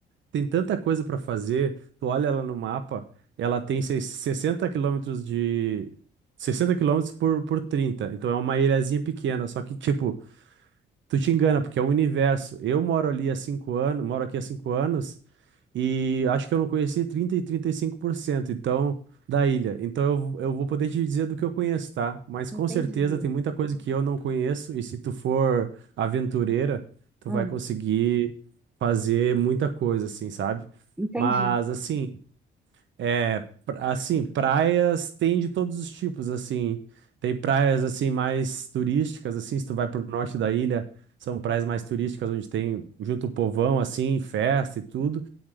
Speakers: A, on the right (about 70°); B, in the centre.
A: Tem tanta coisa para fazer. Tu olha ela no mapa, ela tem se- 60 quilômetros de. sessenta quilômetros por, por 30. Então é uma ilhazinha pequena, só que, tipo, tu te engana, porque é o universo. Eu moro ali há cinco anos, moro aqui há cinco anos. E acho que eu não conheci trinta e 35% então da ilha. Então eu, eu vou poder te dizer do que eu conheço, tá? Mas
B: entendi.
A: com certeza tem muita coisa que eu não conheço e se tu for aventureira, tu
B: Hum,
A: vai conseguir fazer muita coisa assim, sabe?
B: entendi.
A: Mas assim, é pra- assim, praias tem de todos os tipos, assim. Tem praias assim mais turísticas, assim, se tu vai pro norte da ilha, são praias mais turísticas onde tem junto o povão assim, festa e tudo.